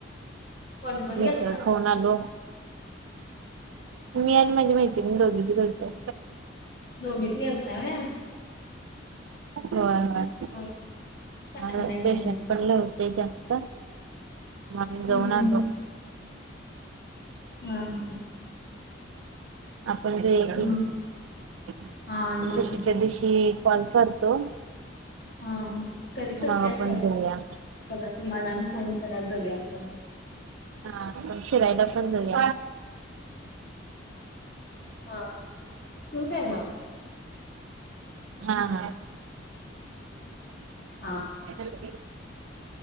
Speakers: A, on the left; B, on the right.
A: कोण कोण
B: मिसळ
A: गेलता?
B: खाऊन मग आलो मी आणि माझी मैत्रीणी दोघीच गेलतो.
A: दोघीच गेलता होय?
B: होय होय,
A: हो चांगलाय
B: मग
A: चांगलाय
B: पेशंट पड लवते जास्त म जाऊन
A: हम्म
B: आलो
A: हा ह
B: आपण जे आहे
A: मग
B: क
A: हा अजून
B: सुट्टीच्या दिवशी कॉल करतो
A: हा कधी
B: मग
A: सुट्टते
B: आपण
A: अस त्याला
B: जाऊया
A: बघा तुम्हाला फोन करा जाऊया आपण
B: हा शिरायला पण झाली
A: हा शू केय म
B: हा ह
A: हा
B: लट